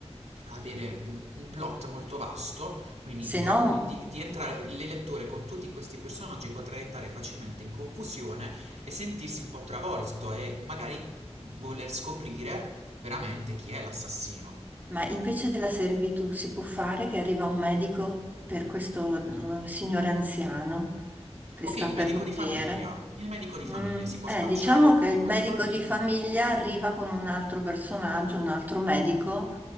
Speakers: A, on the right; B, on the right.
A: avere mh, un plot molto vasto, quindi
B: Se
A: di, cap-
B: no,
A: di- di entrare il lettore con tutti questi personaggi potrà entrare facilmente in confusione e sentirsi un po' travolto e magari voler scoprire veramente chi è l'assassino.
B: ma invece della servitù si può fare che arriva un medico per questo eh, signore anziano che
A: Ok,
B: sta
A: il
B: per
A: medico
B: morire.
A: di famiglia. Il medico di famiglia
B: Mm,
A: si può
B: eh,
A: spacciare
B: diciamo
A: il
B: che
A: medico
B: il medico
A: di famiglia.
B: di famiglia arriva con un altro personaggio, un altro medico,